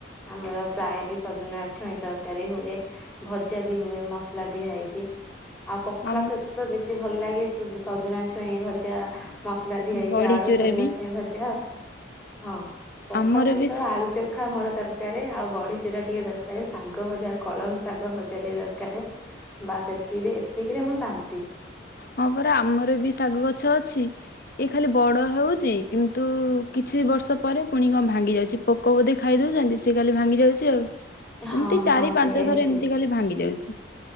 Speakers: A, in the centre; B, on the left (about 50°).
A: ଆମର ପ୍ରାୟ ବି ସଜନା ଛୁଇଁ ତରକାରୀ ହୁଏ, ଭଜା ବି ହୁଏ ମସଲା ଦିଆ ହେଇକି। ଆଉ ପଖାଳ
B: ଆମ
A: ସହିତ ତ ବେଶ୍ <inaudible> ସଭଲ ଲାଗେ ସେ ଯୋଉ ସଜନା ଛୁଇଁ ଭଜା। ମସଲା ଦିଆ ହେଇକି
B: ବଢିଚୁରା
A: ଆଳୁ ସଜନା
B: ବି
A: ଛୁଇଁ ଭଜା ଆଉ। ହଁ ପଖାଳ
B: ଆମର
A: ସହିତ
B: ବି ସେ
A: ଆଳୁଚକ୍ ଟା ମୋର ଦରକାର, ଆଉ ବଡି ଚୁରା ଟିକେ ଦରକାର ଶାଗ ଭଜା କଳମ ଶାଗ ଭଜା ଟିକେ ଦରକାର ବାସ୍ ଏଥିରେ ଏତିକିରେ ମୁଁ ଶାନ୍ତି।
B: ହଁ ପରା ଆମର ବି ଶାଗ ଗଛ ଅଛି, ଏ ଖାଲି ବଡ ହଉଛି କିନ୍ତୁ କିଛି ବର୍ଷ ପରେ ପୁଣି କଣ ଭାଙ୍ଗିଯାଉଛି ପୋକ ବୋଧେ ଖାଇ ଦଉଛନ୍ତି ସେ ଖାଲି ଭାଙ୍ଗି ଯାଉଛି ଆଉ।
A: ହଁ
B: ଏମିତି ଚାରି
A: ହଁ ସେଇଆ
B: ପାଞ୍ଚ
A: ହେଇଥିବ
B: ଥର ଏମିତି ଖାଲି ଭାଙ୍ଗି ଯାଉଛି। ଉହୁଁ।